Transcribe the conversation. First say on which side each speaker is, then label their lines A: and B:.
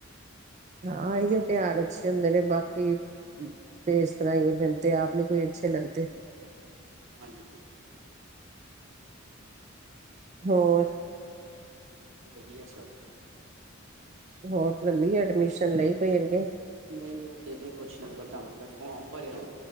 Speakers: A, on the right (about 35°); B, on the right (about 75°).
A: ਹਾਂ, ਐਈਓ ਤੇਆਰ ਅੱਛੇ ਹੁੰਦੇ ਨੇ ਬਾਕੀ ਤੇ ਇਸ ਤਰਾਂ ਈ ਏ ਮੇਨੂੰ ਤਾ ਆਪ ਨੀ ਕੋਈ ਅੱਛੇ ਲੱਗਦੇ।
B: ਹਾਂਜੀ।
A: ਹੋਰ?
B: ਬਹੁਤ ਵਦੀਆ ਸਬ।
A: ਹੋਰ ਘੱਲੀ ਆ ਡਮੀਸ਼ਨ ਲਈ ਕੋਈ ਅੱਗੇ?
B: ਨਈ ਓ ਤੇ ਤਾ ਕੁਛ ਨੀ ਪਤਾ ਮਤਲਬ ਫੌਮ ਭਰਿਆ।